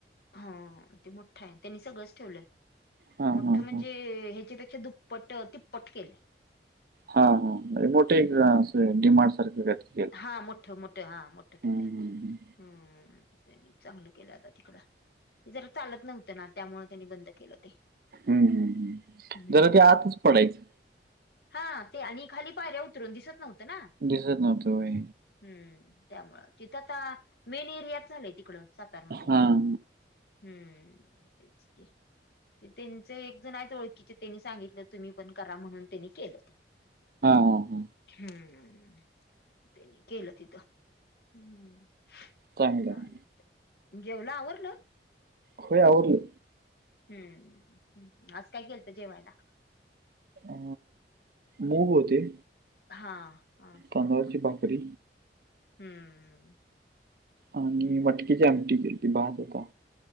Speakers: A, on the left (about 60°); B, on the right (about 55°).
A: हा.. ते मोठा आहे.. त्यांनी सगळंच ठेवलंय..
B: हां,
A: मोठं,
B: हां,
A: म्हणजे
B: हां.
A: ह्याच्यापेक्षा दुप्पट तिप्पट केलं..
B: हा हा.. लय मोठे अस डी मार्ट सारखं का?
A: हा मोठ मोठ... हा मोठ केलं..
B: हं, हं.
A: हम्म. त्यांनी चांगलं केल आता तिकड... जरा चालत नव्हतं ना त्यामूळ त्यांनी बंद केलं हो ते.
B: हं, हं, हं.
A: हम्म.
B: जरा ते आतच पडायचं.
A: हा.. ते आणि खाली पायऱ्या उतरून दिसत नव्हतं ना.
B: दिसत नव्हत होय..
A: हम्म... त्यामूळ तिथं आता मेन एरियातच झालंय तिकड सातारमध्ये
B: हां.
A: हम्म.. तेच तेच.. त्यांच एक जण आहे ओळखीचे.. त्यांनी सांगितलं तुम्ही पण करा म्हणून त्यांनी केलं ते
B: हा हा हा.
A: हम्म. त्यांनी केलं तिथं.. हम्म..
B: चांगलं
A: चालते.
B: आहे.
A: जेवला? आवरलं?
B: होय आवरल.
A: हम्.. आज काय केलं जेवायला?
B: अ मूग होते.
A: हा हा
B: तांदळाची
A: हा हा
B: भाकरी
A: हम्म.
B: आणि
A: हम्म
B: मटकीची
A: हम्म
B: आमटी केली ती... भात होता.